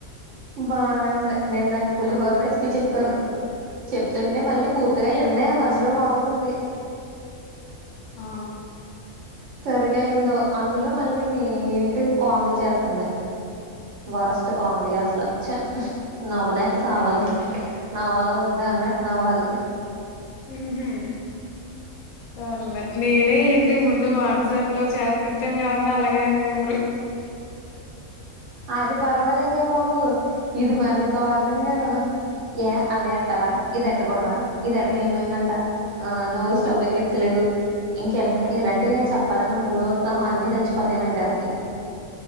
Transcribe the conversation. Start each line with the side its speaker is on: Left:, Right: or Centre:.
Right: బానే ఉంది నేను దానికి పులిహోర రెసిపీ చెప్పాను చెప్తుంటే మళ్ళీ పూర్తిగా ఇందే మధ్యలో వాగుతుంది
Left: ఆ
Right: సరిగాయిందు అందులో మళ్ళీ ని ఏంటి కామెడీ చేస్తుంది వరస్ట్ కామెడి ఆసలాచ్చ నవ్వలేక సావాల్ నవ్వాలా వద్దా అన్నట్టు నవ్వాలి
Left: మ్ హు సర్లే నేనే ఏంటి ముందు వాట్సాప్ లో చేతుంటే మీరు అందరు అలాగే అనేవరు
Right: అది పర్వాలేదే బాబు ఇది మరి దారుణంగాను ఏ అదే ఎట్టాల ఇది ఎట్టకూడదా ఇది ఎడితే ఏమైందంట ఆ నువ్వు స్టవ్ వెలికిచ్చలేదు ఇంకెన్ ఎలాంటి చెప్పాలన్న మూడ ఉత్సాహం అన్ని చచ్చిపోతాయి నాకు దెబ్బకి